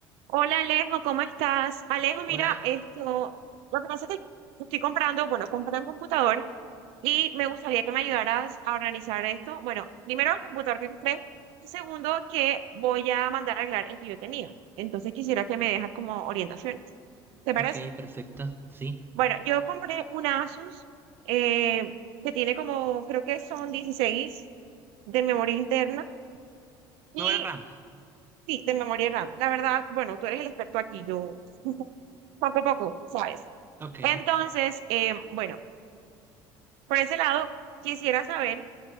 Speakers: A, on the right; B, on the right.
A: Hola Alejo, ¿cómo estás? Alejo, mira,
B: Hola,
A: esto, lo que pasa es que estoy comprando, bueno, compré un computador y me gustaría que me ayudaras a organizar esto. Bueno, primero el computador que compré, y segundo que voy a mandar a arreglar el que yo tenía. Entonces quisiera que me dejas como orientaciones. ¿Te parece?
B: ok, perfecto, sí.
A: Bueno, yo compré un Asus eh, que tiene como, creo que son 16 de memoria interna. Y
B: Memoria RAM,
A: Sí, de memoria RAM. La verdad, bueno, tú eres el experto aquí, yo <laughs> poco a poco, ¿sabes?
B: ok,
A: Entonces, eh, bueno, por ese lado, quisiera saber